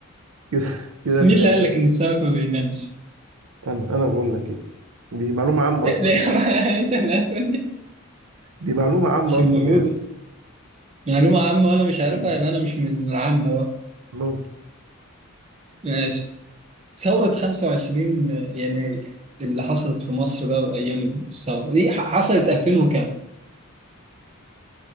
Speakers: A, on the right; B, on the right.
A: كده كده
B: بس
A: تلاتة
B: مين اللي قال لك ان السمك ما بينامش
A: أنا أنا بقول لك كده دي معلومة عامة
B: إيه،
A: أصلا
B: ليه
A: يعني
B: <laughs> انت اللي هتقول لي
A: دي معلومة عامة
B: مش المفروض
A: أصلا يعني
B: معلومة عامة وانا مش عارفها
A: أم-
B: يبقى انا مش من العامة بقى
A: ممكن
B: ماشي ثورة 25 يناير اللي حصلت في مصر بقى وأيام الثورة دي ح- حصلت 2000 وكام؟